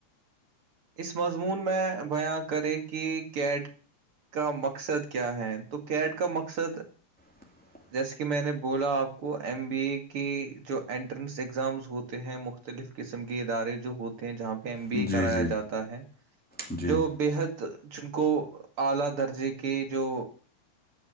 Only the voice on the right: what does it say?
اس مضمون میں بیاں کرے کہ کیٹ کا مقصد کیا ہے تو کیڈ کا مقصد
جیسے کہ میں نے بولا آپ کو ایم بی اے کی جو انٹرنس اگزامس ہوتے ہیں مختلف قسم کے ادارے جو ہو ہیں جہاں پہ ایم بی
اے کرایا
جاتا ہے
جو بے حد چن کو اعلآ درجے کے جو